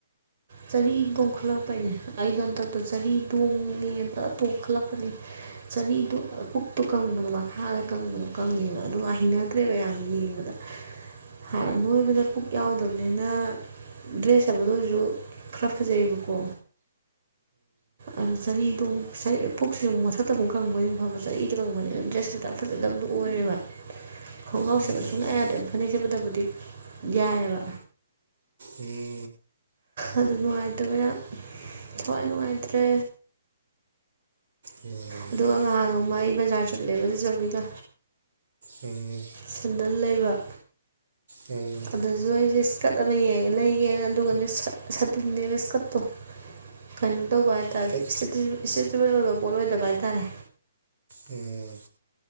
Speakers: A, on the right (about 50°); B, on the right (about 70°).
A: ꯆꯔꯤ ꯇꯣꯡꯈꯠꯂꯛꯄ ꯍꯥꯏꯅꯦ ꯑꯩꯗ ꯍꯟꯇꯛꯛꯇ ꯆꯔꯤ ꯇꯣꯡꯉ ꯇꯣꯡꯈꯠꯂꯛꯄꯅꯦ ꯆꯅꯤꯗꯨ ꯄꯨꯛꯇꯨ ꯀꯪꯕꯗꯣ ꯃꯈꯥꯗ ꯀꯪꯕꯗꯣ ꯀꯪꯉꯦꯕ ꯑꯗꯨꯒ ꯍꯩꯅꯗ꯭ꯔꯦꯕ ꯌꯥꯝ ꯌꯦꯡꯕꯗ ꯍꯥꯟꯅ ꯅꯣꯏꯕꯗ ꯄꯨꯛ ꯌꯥꯎꯗꯕꯅꯤꯅ ꯗ꯭ꯔꯦꯁ ꯍꯥꯏꯕꯗ ꯑꯣꯏꯔꯁꯨ ꯈꯔ ꯐꯖꯩꯌꯦꯕꯀꯣ ꯎꯝ ꯆꯅꯤꯗꯨ ꯄꯨꯛꯁꯤꯨꯛ ꯃꯊꯛꯇ ꯑꯃꯨꯛ ꯀꯪꯕꯅꯤ ꯐꯕ ꯆꯅꯤꯗ ꯀꯪꯕꯅꯤꯅ ꯗ꯭ꯔꯦꯁꯦ ꯐꯖꯕꯗ ꯑꯣꯏꯔ ꯕ ꯈꯣꯡꯒ꯭ꯔꯥꯎ
B: ꯎꯝ
A: ꯁꯦꯠꯄ ꯁꯨꯡꯌꯥ ꯌꯥꯗꯦ ꯐꯅꯦꯛ ꯁꯦꯠꯄꯗꯕꯨꯗꯤ ꯌꯥꯏꯑꯕ
B: ꯎꯝ
A: ꯑꯗꯨ ꯅꯨꯡꯉꯥꯏꯇꯕ ꯌꯥꯝ ꯊꯋꯥꯏ ꯅꯨꯡꯉꯥꯏꯇ꯭ꯔꯦ
B: ꯎꯝ
A: ꯑꯗꯨꯒ ꯉꯍꯥꯟ ꯅꯣꯡꯕ ꯑꯩ ꯕꯖꯥꯔ ꯆꯠꯂꯦꯕ ꯆꯆꯕꯤꯗ
B: ꯎꯝ ꯎꯝ
A: ꯁꯟꯗꯅ ꯂꯩꯕ
B: ꯎꯝ
A: ꯑꯗꯨꯁꯨ ꯑꯩꯁꯦ ꯏꯁꯀꯔꯠ ꯑꯃ ꯌꯦꯡꯉꯦ ꯂꯩꯒꯦꯅ ꯑꯗꯨꯒꯅꯦ ꯁꯥꯇꯤꯟꯅꯦꯕ ꯏꯁꯀꯔꯠꯇꯣ ꯀꯩꯅꯣ ꯇꯧꯕ ꯍꯥꯏ ꯇꯥꯔꯦ
B: ꯀꯠ
A: ꯏꯁꯇꯦꯕꯜ ꯑꯣꯏꯕ ꯄꯣꯠ ꯑꯣꯏꯗꯕ ꯍꯥꯏ ꯇꯔꯦ
B: ꯎꯝ